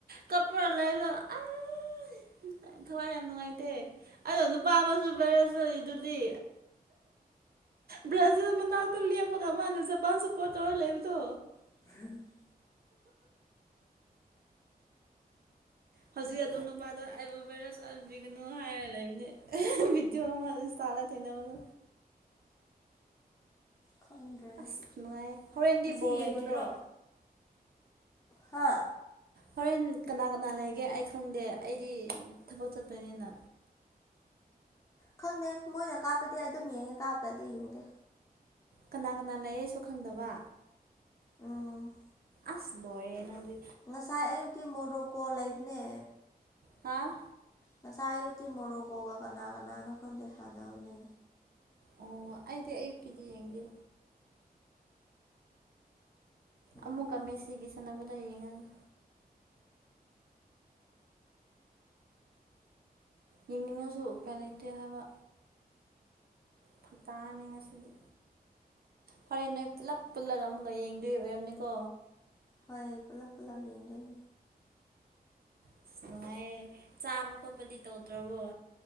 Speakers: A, on the right (about 75°); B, on the left (about 20°).
A: ꯀꯄꯔ ꯂꯩꯔꯒ ꯑꯥꯏ ꯊꯋꯥꯏ ꯌꯥꯝ ꯅꯨꯡꯉꯥꯏꯇꯦ ꯑꯗꯣ ꯅꯨꯄꯥ ꯑꯃꯁꯨ ꯕꯥꯏꯔꯦꯜ ꯆꯠꯂꯤꯗꯨꯗꯤ꯫ ꯕ꯭ꯔꯥꯖꯤꯜ ꯃꯅꯥꯛꯇ ꯂꯦꯞꯄꯒ ꯃꯥꯥꯟꯂꯦ ꯖꯄꯥꯟ ꯁꯄꯣꯔꯠ ꯇꯧꯔ ꯂꯩꯕꯗꯣ꯫
B: <unintelligible>
A: ꯍꯧꯖꯤꯛ ꯑꯗꯨ ꯅꯨꯄꯥꯗꯣ ꯑꯩꯕꯨ ꯚꯥꯏꯔꯦꯜ ꯆꯠꯍꯟꯕꯤꯒꯅꯨ ꯍꯥꯏꯔ ꯂꯩꯕꯅꯤ ꯚꯤꯗꯤꯑꯣ ꯑꯃ ꯏꯟꯁꯇꯥꯗ ꯊꫠꯡꯅꯕꯗꯨ
B: ꯈꯪꯗ꯭ꯔꯦꯗ
A: ꯑꯁ ꯅꯨꯡꯉꯥꯏ ꯍꯣꯔꯦꯟꯗꯤ
B: ꯉꯁꯤ
A: ꯕꯣꯜ
B: ꯌꯦꯡꯉꯣꯏꯗ꯭ꯔꯣ
A: ꯂꯩꯇ꯭ꯔꯣ
B: ꯍꯥ
A: ꯍꯣꯔꯦꯟ ꯀꯅꯥ ꯀꯅꯥ ꯂꯩꯒꯦ ꯑꯩ ꯈꯪꯗꯦ ꯑꯩꯗꯤ ꯊꯕꯛ ꯆꯠꯇꯣꯏꯅꯤꯅ꯫
B: ꯈꯪꯗꯦ ꯃꯣꯏꯅ ꯀꯥꯞꯄꯗꯤ ꯑꯗꯨꯝ ꯌꯦꯡꯉꯦ ꯀꯥꯞꯇꯔ꯭ꯗꯤ ꯌꯦꯡꯗꯦ꯫
A: ꯀꯅꯥ ꯀꯅꯥ ꯂꯩꯌꯦꯁꯨ ꯈꯪꯗꯕ꯫
B: ꯎꯝ
A: ꯑꯁ ꯂꯣꯏꯔꯦ ꯅꯡꯗꯤ
B: ꯉꯁꯥꯏ ꯑꯌꯨꯛꯇꯤ ꯃꯣꯔꯣꯀꯣ ꯂꯩꯕꯅꯦ꯫
A: ꯍꯥꯥ
B: ꯉꯁꯥꯏ ꯑꯌꯨꯛꯇꯤ ꯃꯣꯔꯣꯀꯣꯒ ꯀꯅꯥ ꯀꯅꯥꯅꯣ ꯈꯪꯗꯦ ꯁꯥꯟꯅꯕꯅꯦ꯫
A: ꯑꯣ ꯑꯩꯗꯤ ꯑꯌꯨꯛꯀꯤꯗꯤ ꯌꯦꯡꯗꯦ
B: ꯎꯝ
A: ꯑꯃꯨꯛꯀ ꯃꯦꯁꯤꯒꯤ ꯁꯥꯟꯅꯕꯗ ꯌꯦꯡꯉꯒꯦ ꯌꯦꯡꯅꯤꯡꯉꯁꯨ ꯎꯄꯥꯏ ꯂꯩꯇꯦ ꯍꯥꯏꯕ꯫ ꯐꯔꯛ ꯇꯥꯔꯅꯤ ꯉꯁꯤꯗꯤ ꯍꯣꯔꯦꯟ ꯅꯣꯏ ꯄꯨꯂꯞ ꯄꯨꯜꯂꯒ ꯑꯃꯨꯛꯀ ꯌꯦꯡꯗꯣꯏ ꯑꯣꯏꯔꯝꯅꯤꯀꯣ꯫
B: ꯍꯣꯏ ꯄꯨꯂꯞ ꯄꯨꯂꯞ ꯌꯦꯡꯗꯣꯏꯅꯦ꯫
A: ꯑꯁ ꯅꯨꯡꯉꯥꯏꯌꯦ ꯆꯥꯕ ꯈꯣꯠꯄꯗꯤ ꯇꯧꯗ꯭ꯔꯕꯣ꯫